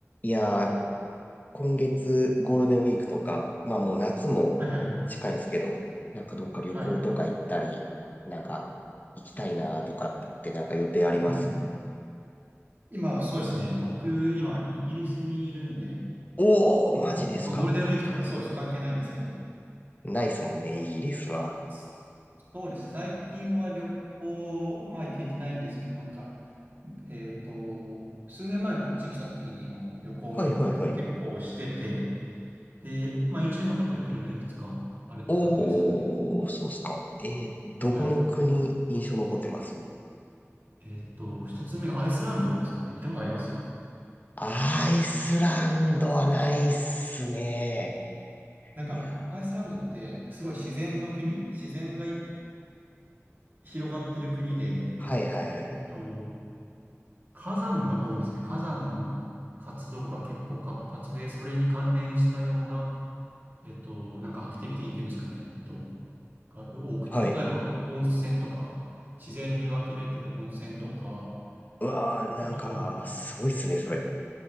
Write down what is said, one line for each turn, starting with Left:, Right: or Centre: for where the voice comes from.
Left: いやー、今月ゴールデンウィークとか、まあもう夏も近いんですけど、
Right: はいはい。
Left: なんかどっか旅行とか行ったり、
Right: はい。
Left: なんか行きたいなとかってなんか予定あります
Right: うん。今、そうですね。僕、今、イギリスにいるんで、
Left: おー、
Right: うんと、
Left: マジですか。
Right: まあ、ゴールデンウィークとかそうです。関係ないんですけど、
Left: ないっすもんね、イギリスは。
Right: s- そうです。最近は旅行、まあ、行けてないんですけど、なんか、えっと、数年前にこっち来た時にも旅行結構してて、
Left: はいはいはい。
Right: で、まあ、印象に残ってる国がいくつかあるって感じですかね。
Left: おー、そうっすか。えー、どこの国印象残ってます
Right: はい。えっと、一つ目がアイスランドですかね。行ったことあります
Left: アイスランドはないっすね。
Right: なんか、
Left: いやー、
Right: アイスランドってすごい自然の国、自然が広がってる国で、
Left: はいはいはいはい。
Right: えっと、火山が多いんですね。火山の活動が結構活発で、それに関連したような、えっと、なんかアクティビティっていうんですかね、えっと、が多くて、
Left: はい。
Right: 例えば温泉とか、自然に湧き出てる温泉とか、
Left: うわー、なんか、
Right: あと、
Left: すごいっすね、それ。